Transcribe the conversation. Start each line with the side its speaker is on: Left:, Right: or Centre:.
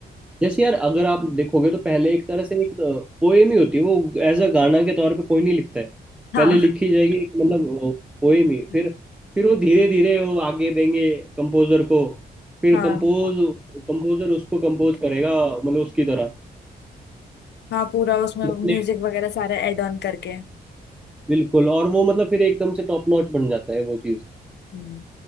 Centre: जैसे यार अगर आप देखोगे तो पहले एक तरह से एक पोएम ही होती है वो एज अ गाना के तौर पे कोई नहीं लिखता है
Left: हाँ
Centre: पहले लिखी जाएगी एक मतलब पोएम ही
Left: <laughs>
Centre: फिर फिर वो धीरे धीरे वो आगे देंगे कंपोजर को फिर
Left: हाँ
Centre: कंपोज कंपोजर उसको कंपोज करेगा मतलब उसकी तरह
Left: हाँ पूरा उसमें
Centre: गाने
Left: म्यूजिक वगैरह सारे ऐड ऑन करके
Centre: बिल्कुल और वो मतलब फिर एकदम से टॉप नॉच बन जाता है वो चीज
Left: हम्म।